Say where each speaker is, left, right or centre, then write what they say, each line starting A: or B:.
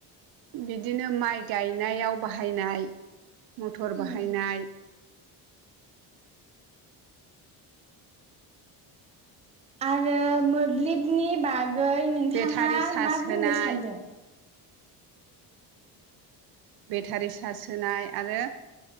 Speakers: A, on the right; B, on the right.
A: बिदिनो माइ गायनायाव बाहायनाय मथर
B: उम
A: बाहायनाय
B: आरो मोब्लिबनि बागै नोंथांङा
A: बेटारि चार्ज
B: मा बुंनो
A: होनाय
B: सानदों
A: बेटारि चार्ज होनाय आरो